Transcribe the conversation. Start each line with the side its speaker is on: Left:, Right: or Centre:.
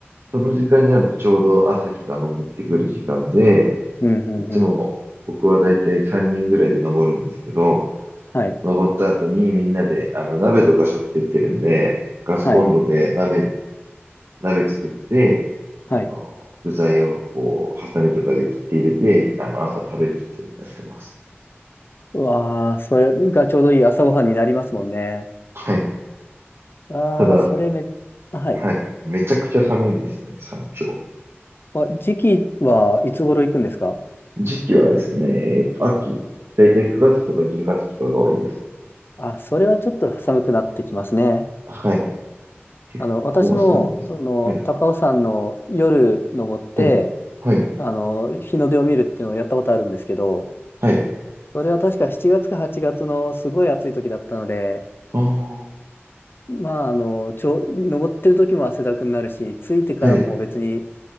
Right: その時間になるとちょうど朝日が昇ってくる時間で、
Left: うん、うん、
Right: いつも僕はだいたい3人ぐらいで登るんですけど、
Left: うん、はい、
Right: 登った後にみんなであの鍋とか背負ってってるんで、ガスコンロで鍋、
Left: はい、
Right: 鍋作って、
Left: はい。
Right: あの、具材をこう、ハサミとかで切って入れて、あの、朝食べるっていうのをやってます。
Left: うわあ、それがちょうどいい朝ごはんになりますもんね。
Right: はい。
Left: ああ、
Right: ただ、
Left: それめ、あはい。
Right: はい。めちゃくちゃ寒いですね、山頂。
Left: あ、時期はいつ頃行くんですか
Right: 時期はですね、えっと、秋。だいたい9月とか10月とかが多いです。
Left: あ、それはちょっと寒くなってきますね。
Right: はい。結構寒いです。
Left: あの、私も、その、
Right: はい。
Left: 高尾山の夜登って、
Right: はい。はい。
Left: あの、日の出を見るっていうのをやったことあるんですけど、
Right: はい。
Left: それは確か7月か8月のすごい暑い時だったので、
Right: ああ。
Left: まあ、あの、ちょ、登ってる時も汗だくになるし、着いてからも別に、
Right: はい。